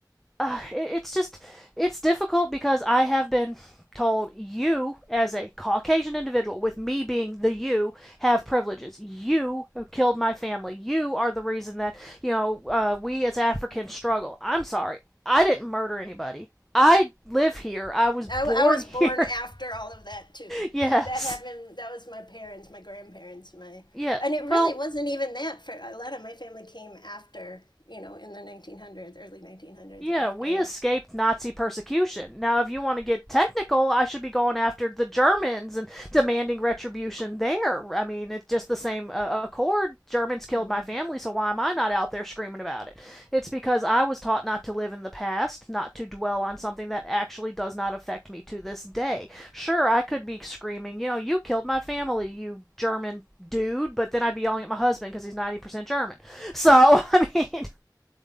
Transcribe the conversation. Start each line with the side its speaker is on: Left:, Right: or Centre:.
Centre: uh, it, it's just it's difficult because I have been told you as a Caucasian individual, with me being the you, have privileges. You have killed my family. You are the reason that you know uh, we as Africans struggle. I'm sorry, I didn't murder anybody. I live here. I was born
Left: I, I was
Centre: here.
Left: born after all of that too.
Centre: <laughs> yes.
Left: Like that happened. That was my parents, my grandparents, my,
Centre: Yeah.
Left: and it really
Centre: Well,
Left: wasn't even that. For a lot of my family came after, you know, in the 1900s, early 1900s,
Centre: Yeah,
Left: after.
Centre: we escaped Nazi persecution. Now, if you want to get technical, I should be going after the Germans and demanding retribution there. I mean, it's just the same uh, accord. Germans killed
Left: Mm-hmm.
Centre: my family, so why am I not out there screaming about it? It's because I was taught not to live in the past, not to dwell on something that actually does not affect me to this day. Sure, I could be screaming, you know, you killed my family, you German dude, but then I'd be yelling at my husband because he's 90% German. So, I mean,